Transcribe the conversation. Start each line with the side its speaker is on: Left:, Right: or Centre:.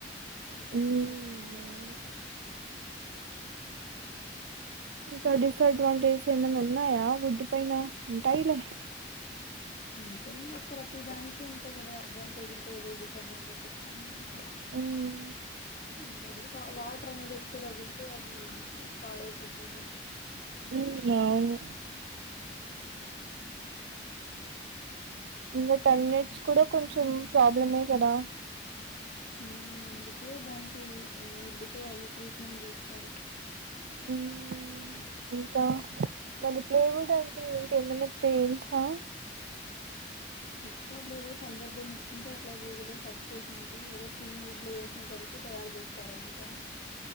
Left: ఎంత
Right: మ్మ్.
Left: సిటీ అయినా
Right: అవును. ఇంకా డిసడ్వాంటేజెస్ ఏమైన్నా ఉన్నాయా వుడ్ పైన ఉంటాయిలే
Left: అంటే ఇంకా ప్రతిదానికి ఉంటాయి కదా అడ్వాంటేజ్ ఉంటే ఏదో డిసడ్వాంటేజ్ ఉంటయి
Right: హ్మ్
Left: ఇంక అదే వాటర్ అనేది ఎక్కు తగిలితే అది పాడైపోతది
Right: ఉ అవును ఇంకా టెన్ మినిట్స్ కూడా కొంచెం ప్రాబ్లమే కదా
Left: ఆ అందుకే దానికి వుడ్ తో అది ట్రీట్మెంట్ చేస్తారు
Right: హ్మ్ ఇంకా మరి ప్లేవుడ్ అంటే ఏంటి ఏమన్నా తెలుసా
Left: <unintelligible> ల ఏదో సందర్భం వచ్చింటే అట్లా గూగుల్లో లో సెర్చ్ చేసింటి ఏదో తిన్ వుడ్ లేయర్స్ ని కలిపి తయారు చేస్తారంట